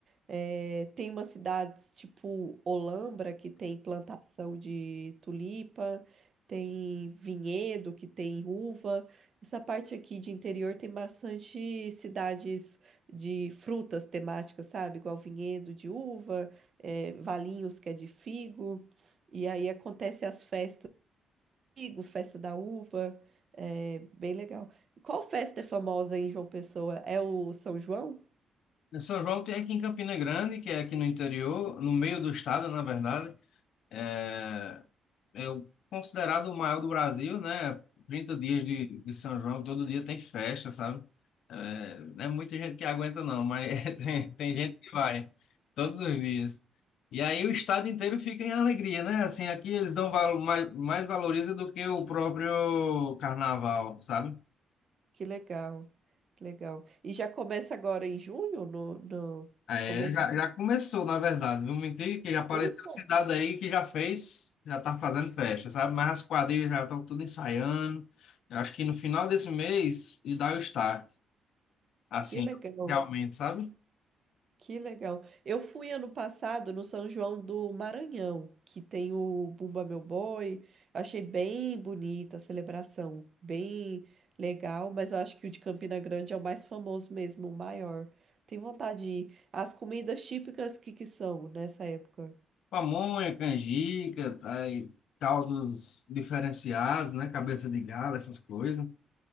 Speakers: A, on the right; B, on the left.
A: É, tem umas cidades tipo Olambra, que tem plantação de tulipa, tem vinhedo, que tem uva. Essa parte aqui de interior tem bastante cidades de frutas temáticas, sabe? Igual vinhedo de uva, é, Valinhos, que é de figo. E aí acontece as festas do figo, festa da uva. É bem legal. Qual festa é famosa em João Pessoa? É o São João?
B: Em São João tem aqui em Campina Grande, que é aqui no interior, no meio do estado, na verdade. É, é o- considerado o maior do Brasil, né? 30 dias de, de São João, todo dia tem festa, sabe? É, não é muita gente que aguenta, não, mas <laughs> tem, tem gente que vai todos os dias. E aí o estado inteiro fica em alegria, né? Assim, aqui eles dão valo- mais, mais valoriza do que o próprio carnaval, sabe?
A: Que legal, que legal. E já começa agora em junho, no, no
B: É,
A: começo
B: já,
A: de...
B: já começou, na verdade. Não mentir que já apareceu
A: Eita,
B: cidade aí que já fez, já tá fazendo festa, sabe? Mas as quadrilhas já estão tudo ensaiando. Eu acho que no final desse mês e dá o start, assim,
A: que legal,
B: realmente, sabe?
A: que legal. Eu fui ano passado no São João do Maranhão, que tem o Bumba Meu Boi. Achei bem bonita a celebração, bem legal, mas eu acho que o de Campina Grande é o mais famoso mesmo, o maior. Tenho vontade de ir. As comidas típicas que que são nessa época?
B: Pamonha, canjica, aí, caldos diferenciados, né? Cabeça de galo, essas coisas.